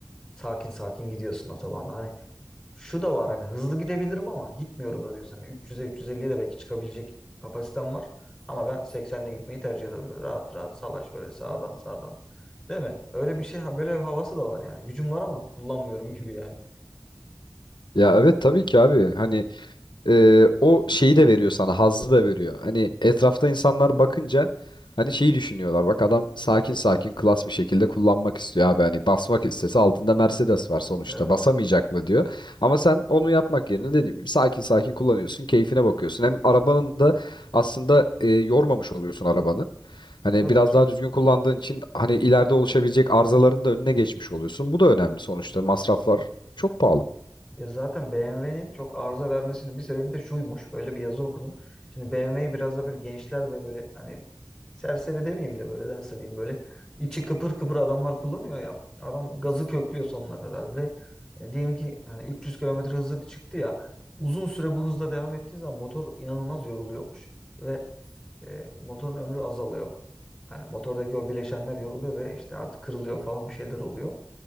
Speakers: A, in the centre; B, on the left (about 80°).
A: sakin sakin gidiyorsun otobanda. Hani şu da var hani hızlı gidebilirim ama gitmiyorum da diyorsun. Hani 300'e 350'ye de belki çıkabilecek kapasitem var. Ama ben 80'le gitmeyi tercih ediyorum. Böyle rahat rahat salaş böyle sağdan sağdan. Değil mi? Öyle bir şey böyle bir havası da var yani. Gücüm var ama kullanmıyorum <laughs> gibi yani.
B: Ya evet tabii ki abi. Hani e, o şeyi de veriyor sana, hazzı da veriyor. Hani etrafta insanlar bakınca hani şeyi düşünüyorlar. Bak adam sakin sakin klas bir şekilde kullanmak istiyor abi. Hani basmak istese altında Mercedes
A: Hı.
B: var sonuçta.
A: Evet.
B: Basamayacak mı diyor. Ama sen onu yapmak yerine dediğim gibi sakin sakin kullanıyorsun, keyfine bakıyorsun. Hem arabanın da aslında e, yormamış oluyorsun arabanı. Hani
A: Tabii
B: biraz
A: ki.
B: daha düzgün kullandığın için hani ileride oluşabilecek arızaların da önüne geçmiş oluyorsun. Bu da önemli sonuçta. Masraflar çok pahalı.
A: Ya zaten BMW'nin çok arıza vermesinin bir sebebi de şuymuş. Öyle bir yazı okudum. Şimdi BMW'yi biraz da böyle gençler ve böyle hani serseri demeyeyim de böyle nasıl diyeyim böyle içi kıpır kıpır adamlar kullanıyor ya. Adam gazı köklüyor sonuna kadar ve e, diyelim ki yani 300 kilometre hızı çıktı ya uzun süre bu hızda devam ettiği zaman motor inanılmaz yoruluyormuş ve e, motorun ömrü azalıyor. Yani motordaki o bileşenler yoruluyor ve işte artık kırılıyor falan bir şeyler oluyor.